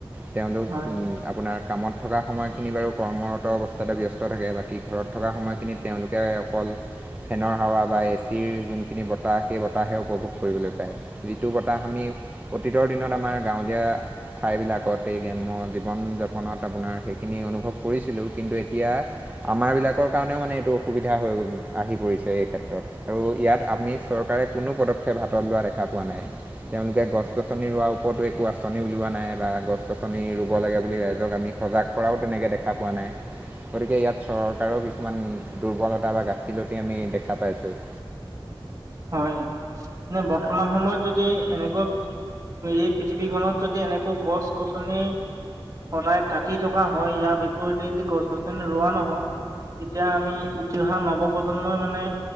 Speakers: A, on the right (about 20°); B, on the right (about 40°).
A: তেওঁলোক
B: হয়,
A: আপোনাৰ কামত থকা সময়খিনি বাৰু। কৰ্মৰত অৱস্থাতে ব্যস্ত থাকে। বাকী ঘৰত থকা সময়খিনিত তেওঁলোকে অকল ফেনৰ হাৱা বা এ চিৰ যোনখিনি বতাহ, সেই বতাহে উপভোগ কৰিবলৈ পায়। যিটো বতাহ আমি অতীতৰ দিনত আমাৰ গাঁৱলীয়া ঠাই বিলাকত এই গ্ৰাম্য জীৱন-যাপনত আপোনাৰ সেই। ইখিনি অনুভৱ, কৰিছিলোঁ। কিন্তু এতিয়া আমাৰ বিলাকৰ কাৰণেও মানে এইটো অসুবিধা হৈ আহি পৰিছে। এই ক্ষেত্ৰ- আৰু ইয়াত আমি চৰকাৰে কোনো পদক্ষেপ হাতত লোৱা দেখা পোৱা নাই। তেওঁলোকে গছ-গছনি বা ওপৰতো একো আঁচনি উলওৱা নাই বা গছ গছনি ৰুব লাগে বুলি ৰাইজক আমি সজাগ কৰাও তেনেকে দেখ- খা পোৱা নাই। গতিকে, ইয়াত চৰকাৰৰ কিছুমান দুৰ্বলতা বা গাফিলতি আমি দেখা পাইছো। <inaudible>
B: হয়, নে বৰ্তমান সময়ত যদি এনেকৈ। এই পৃথিৱীখনত যদি এনেকৈ গছ-গছনি সদায় কাটি থকা হয়। ইয়াৰ বিপৰীতে যদি গছ-গছনি ৰোৱা নহয়। তেতিয়া আমি উঠি অহা নৱপ্ৰজন্মই মানে,